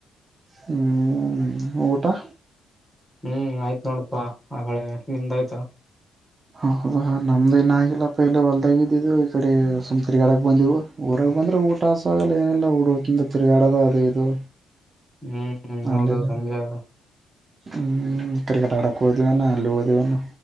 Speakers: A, on the right; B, in the centre.
A: ಹ್ಮ್ ಊಟಾ.
B: ಹ್ಮ್ ಆಯ್ತ ನೋಡಪ್ಪಾ ಅಗಳೆ ನಿಂದಾಯ್ತಾ.
A: ಹ ಹೌದಾ ನಮ್ದ್ ಇನ್ ಆಗಿಲ್ಲಪ್ಪ ಇಲ್ಲ ಹೊಲ್ದಾಗ ಇದಿದ್ದಿದವು ಈ ಕಡೆ ಸುಮ್ ತಿರ್ಗಾಡಕ್ ಬಂದವು ಊ ಹೊರಗ ಬಂದ್ರೆ ಊಟ ಹಸು ಅಗಲ ಏನಿಲ್ಲ ಹುಡುಿಂದ ತಿರುಗಾಡದ ಅದ ಇದು.
B: ಹ್ಮ್ ಹೌದೌದು
A: ಅಲ್ಲೆಲ್ಲ
B: ಹಂಗೆ ಅದ.
A: ಹ್ಮ್ ಕ್ರಿಕೆಟ್ ಆಡಕ ಹೊಂದಿವಿ ಏನ ಅಲ್ಲಿ ಹೊಂದಿವಿ ಏನ.